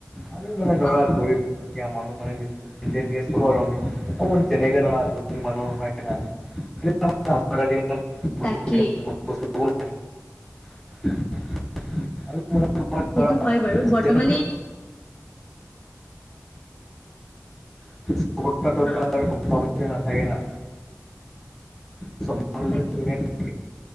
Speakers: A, in the centre; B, on the left (about 25°).
A: আমি মানে ধৰা
B: অ'
A: গৰীব দুখীয়া মানুহ ম চলো আৰু আমি অ তেনেকে <unintelligible> ধী মানুহ হয় ন <unintelligible>
B: তাকেই।
A: <unintelligible>
B: সেইটো হয় বাৰু বৰ্তমানে
A: <unintelligible>
B: অ'
A: না থাকে না। <unintelligible>
B: তাকে